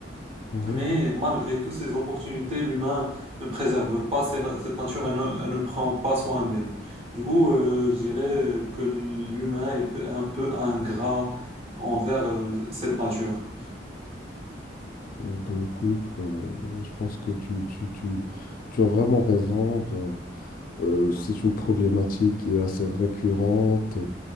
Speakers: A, on the left; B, on the right.
A: Mhm.
B: Mais malgré toutes ces opportunités, l'humain ne préserve pas ses- cette nature et ne, et ne prend pas soin d'elle. Du coup, euh, je dirais que l'humain est peu- un peu ingrat envers euh, cette nature.
A: Bon, bah, écoute, bah, je pense que tu, tu, tu, tu as vraiment raison. bah, euh, c'est une problématique qui est assez récurrente.